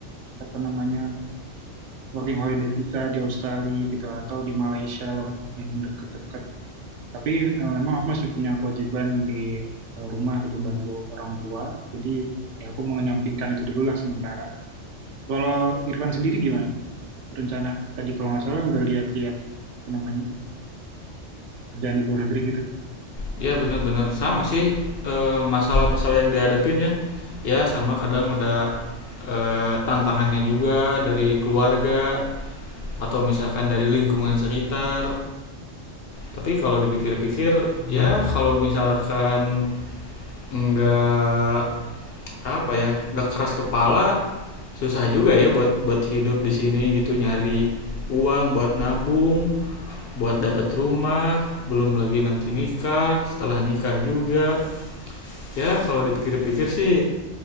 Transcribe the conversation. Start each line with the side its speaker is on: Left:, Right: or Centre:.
Right: apa namanya working holiday visa di Australia gitu atau di Malaysia lah yang deket-deket Tapi eh, memang aku masih punya kewajiban di eh, rumah gitu bantu orang tua. Jadi ya aku mengenyampingkan itu dulu lah sementara. Kalau Irfan sendiri gimana? Rencana tadi kalau nggak salah udah lihat-lihat apa namanya kerjaan di luar negeri gitu.
Left: Ya benar benar sama sih eh, masalah-masalah yang dihadapin ya. Ya sama kadang ada eh, tantangannya juga dari keluarga atau misalkan dari lingkungan sekitar. Tapi kalau dipikir-pikir ya kalau misalkan nggak apa ya nggak keras kepala susah juga ya buat buat hidup di sini gitu nyari uang buat nabung buat dapat rumah belum lagi nanti nikah setelah nikah juga ya kalau dipikir-pikir sih